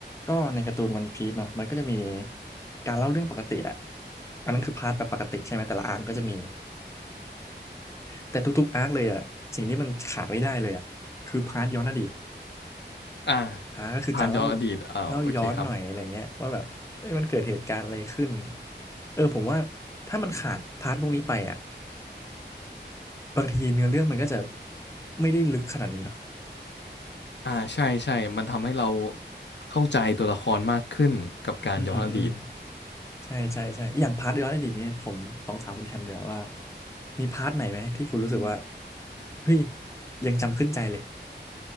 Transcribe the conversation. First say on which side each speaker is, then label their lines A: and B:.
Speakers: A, on the left; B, on the left.
A: ก็ในการ์ตูนวันพีซเนาะมันก็จะมีการเล่าเรื่องปกติแหละอันนั้นคือพาร์ทแบบปกติใช่ไหมแต่ละอาร์คก็จะมีแต่ทุกๆอาร์คเลยอ่ะสิ่งที่มันขาดไม่ได้เลยอ่ะคือพาร์ทย้อนอดีต
B: อ่า
A: อ่าก็คือการเล่า
B: ผ่านย้อนอดีตอ่าโอเคครับ
A: เล่าย้อนหน่อยอะไรเงี้ยว่าแบบเอ้ยมันเกิดเหตุการณ์อะไรขึ้นเออผมว่าถ้ามันขาดพาร์ทพวกนี้ไปอ่ะบางทีเนื้อเรื่องมันก็จะไม่ได้ลึกขนาดนี้เนาะ
B: อ่าใช่ใช่มันทำให้เราเข้าใจตัวละครมากขึ้นกับการย้อนอดีต
A: อืมอืม ใช่ใช่ใช่อย่างพาร์ทย้อนอดีตนี้ผมลองถามคุณแฮมเดี๋ยวาว่ามีพาร์ทไหนไหมที่คุณรู้สึกว่าเฮ้ยยังจำขึ้นใจเลย